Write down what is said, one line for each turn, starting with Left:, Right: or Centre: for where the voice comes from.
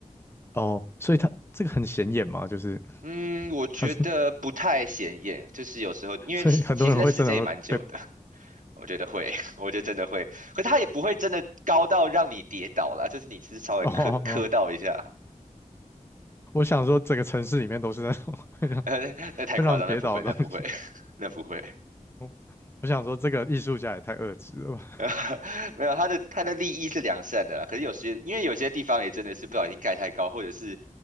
Left: 哦，所以他这个很显眼嘛，就是
Right: 嗯，我觉得不太显眼，
Left: 他是，
Right: 就是有时候因为其其实那时间也蛮久的，
Left: <laughs> 所以很多人会真的会被
Right: <laughs> 我觉得会，<laughs> 我觉得真的会，可是它也不会真的高到让你跌倒啦，就是你只是稍微磕磕到一下，
Left: 哦哦，哦我想说整个城市里面都是那种 <laughs> 会让
Right: <laughs> 那太夸张，
Left: 会让人跌倒的东西。
Right: 那不会，那不会，<laughs> 那不会。
Left: 我我想说这个艺术家也太恶质了吧？
Right: <laughs> 没有，它的它的利益是良善的啦，可是有些因为有些地方也真的是不小心盖太高，或者是